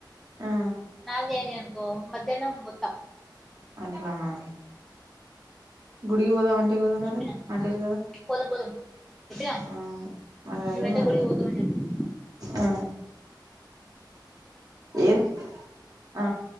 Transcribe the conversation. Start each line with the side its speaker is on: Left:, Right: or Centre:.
Right: ఆ
Centre: నాాలుగే అయినాయి అనుకో మధ్యాహ్నం ముద్ద
Right: అట్లన గుడికి పొదము అంటివి కదా
Centre: చెప్పిన
Right: మరి ఆంటర్ కదా
Centre: పోదాం పోదాం చెప్పినా
Right: ఆ మరీ అదే
Centre: మేమైతే
Right: మరీ
Centre: గుడికి పోతామని చెప్పిన
Right: ఆ ఏన్ ఆ